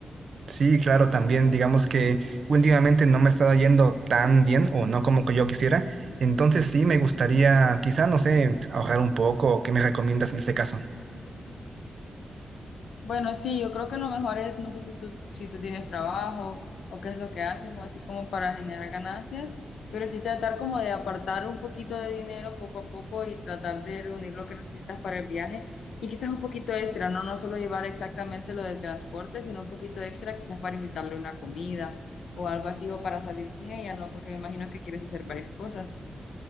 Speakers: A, on the right; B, on the left.
A: Sí, claro, también digamos que últimamente no me está yendo tan bien o no como que yo quisiera, entonces sí me gustaría quizá, no sé, ahorrar un poco, ¿qué me recomiendas en ese caso?
B: Bueno, sí, yo creo que lo mejor es, no sé si tú, si tú tienes trabajo o qué es lo que haces o así como para generar ganancias, pero sí tratar como de apartar un poquito de dinero poco a poco y tratar de reunir lo que necesitas para el viaje y quizás un poquito extra, no, no solo llevar exactamente lo del transporte, sino un poquito extra quizás para invitarle una comida o algo así o para salir con ella, ¿no? Porque me imagino que quieres hacer varias cosas.